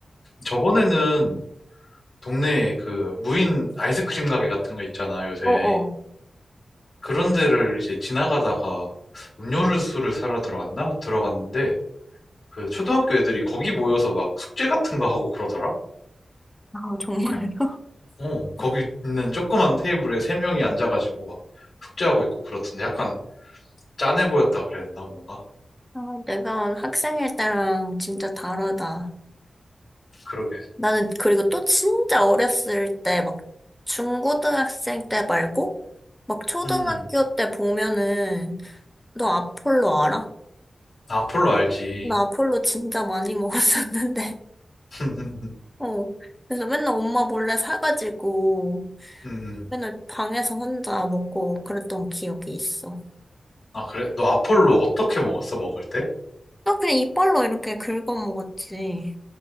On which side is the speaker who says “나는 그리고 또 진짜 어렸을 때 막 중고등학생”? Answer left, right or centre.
Centre